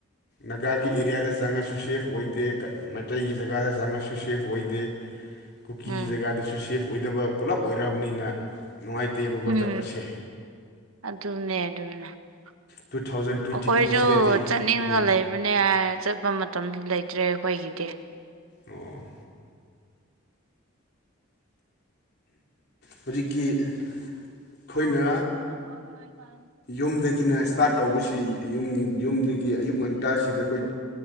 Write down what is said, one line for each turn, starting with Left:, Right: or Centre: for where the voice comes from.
Left: ꯅꯒꯥꯒꯤ ꯑꯦꯔꯤꯌꯥꯗ ꯆꯪꯉꯁꯨ ꯁꯦꯐ ꯑꯣꯏꯗꯦ ꯃꯩꯇꯩꯒꯤ ꯖꯒꯥꯗ ꯆꯪꯉꯁꯨ ꯁꯦꯐ ꯑꯣꯏꯗꯦ ꯀꯨꯀꯤꯒꯤ
Right: ꯎꯝ
Left: ꯖꯒꯥꯗꯁꯨ ꯁꯦꯐ ꯑꯣꯏꯗꯕ ꯄꯨꯂꯞ ꯑꯣꯏꯑꯔꯕꯅꯤꯅ ꯅꯨꯡꯉꯥꯏꯇꯦꯕꯀꯣ
Right: ꯎꯝ
Left: ꯆꯠꯄꯁꯦ
Right: ꯑꯗꯨꯅꯦ ꯑꯗꯨꯅꯦ ꯑꯩꯈꯣꯏꯁꯨ
Left: ꯇꯨ ꯊꯥꯎꯖꯟ ꯇ꯭ꯋꯦꯟꯇꯤ ꯇꯨꯁꯤꯗꯗꯤ
Right: ꯆꯠꯅꯤꯡꯒ
Left: ꯎꯝ
Right: ꯂꯩꯕ ꯅꯦ ꯆꯠꯄ ꯃꯇꯝꯗꯤ ꯂꯩꯇ꯭ꯔꯦ ꯑꯩꯈꯣꯏꯒꯤꯗꯤ
Left: ꯑꯣ ꯍꯧꯖꯤꯛꯀꯤ ꯑꯩꯈꯣꯏꯅꯥ
Right: ꯎꯝ <unintelligible>
Left: ꯌꯨꯝꯗꯒꯤꯅ ꯏꯁꯇꯥꯔꯠ ꯇꯧꯕꯁꯤ ꯌꯨꯝ ꯌꯨꯝꯗꯒꯤ ꯑꯌꯨꯛ ꯉꯟꯇꯥꯁꯤꯗ ꯑꯈꯣꯏ